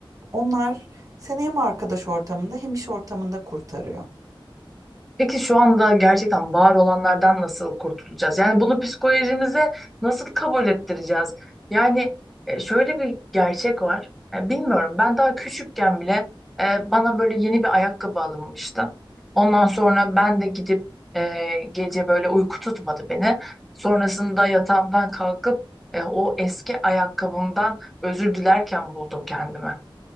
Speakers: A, on the right; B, in the centre.
A: Onlar seni hem arkadaş ortamında hem iş ortamında kurtarıyor.
B: Peki şu anda gerçekten var olanlardan nasıl kurtulacağız? Yani bunu psikolojimize nasıl kabul ettireceğiz? Yani e, şöyle bir gerçek var. Ya bilmiyorum ben daha küçükken bile e, bana böyle yeni bir ayakkabı alınmıştı. Ondan sonra ben de gidip e, gece böyle uyku tutmadı beni. Sonrasında yatağımdan kalkıp e, o eski ayakkabımdan özür dilerken buldum kendimi.